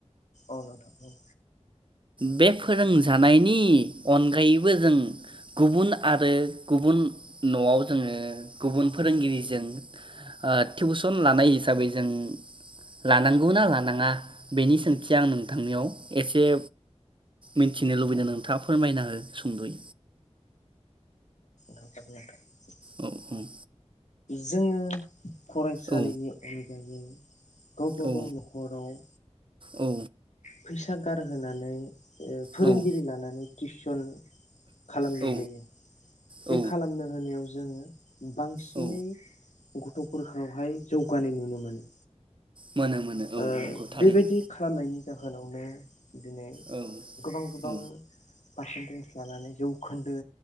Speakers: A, on the left (about 85°); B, on the right (about 45°).
A: अ नोंथां बुं
B: बे फोरोंजानायनि अनगायैबो जों गुबुन आरो गुबुन न'आव जोङो गुबुन फोरोंगिरिजों ओ टिउसन लानाय हिसाबै जों लानांगौना लानाङा बेनि सोंथिया नोंथांनियाव एसे मिथिनो लुबैदों नोंथाङा फोरमायना हो सुंदयै।
A: <unintelligible> नोंथां
B: औ औ
A: जोङो फरायसालिनि
B: औ
A: अनगायै गावबागाव
B: औ
A: ओ नख'राव ओ
B: औ
A: फैसा गार होनानै ओ फोरोंगिरि
B: औ औ
A: लानानै तिस <unintelligible> खालामनो
B: औ
A: होयो बे
B: औ
A: खालामनो होनायाव ज जोङो बांसिन दिनै
B: औ
A: गथ'फोरखौहाय जौगानाय नुनो मोनो।
B: मोनो मोनो औ
A: ओ
B: नंगौ थारैनो
A: बेबायदि खालामनायनि जाहोनावनो दिनै
B: औ
A: गोबां गोबां
B: औ
A: पारसेन्टेज लानानै जौ खन्दो